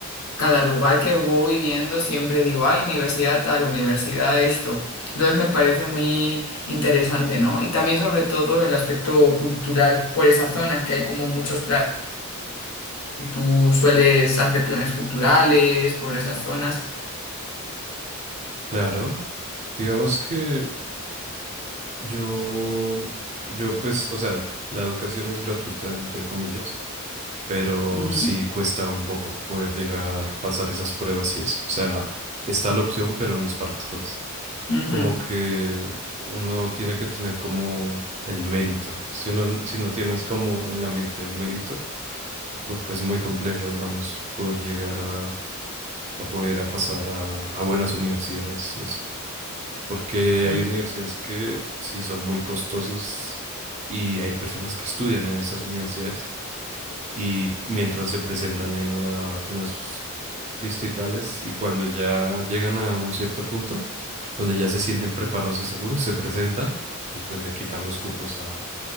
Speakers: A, on the left; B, on the right.
A: cada lugar que voy viendo siempre digo, ay, universidad tal, universidad esto. Entonces me parece muy interesante, ¿no? Y también sobre todo el aspecto cultural por esa zona, que hay como muchos planes, tú sueles hacer planes culturales por esas zonas.
B: Claro, digamos que yo, yo pues, o sea, la educación es gratuita, entre comillas. pero
A: Ujú,
B: sí cuesta un poco poder llegar, pasar esas pruebas y eso. O sea, está la opción, pero no es para todos.
A: ujú,
B: Como que uno tiene que tener como el mérito. Si uno, si no tienes como en la mente el mérito, pues pues, es muy complejo, digamos, poder llegar a, a poder a pasar a, a buenas universidades y eso. Porque
A: mm,
B: hay universidades que sí son muy costosas y hay personas que estudian en esas universidades y mientras se presentan en la, en las distritales y cuando ya llegan a un cierto punto donde ya se sienten preparados y seguros, se presentan y pues le quitan los cupos a,